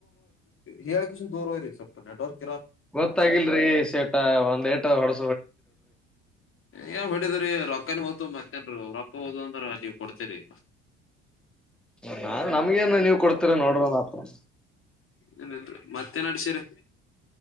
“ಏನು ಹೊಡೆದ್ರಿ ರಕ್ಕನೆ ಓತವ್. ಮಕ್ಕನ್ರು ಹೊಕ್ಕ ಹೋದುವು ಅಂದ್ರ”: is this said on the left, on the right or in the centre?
Left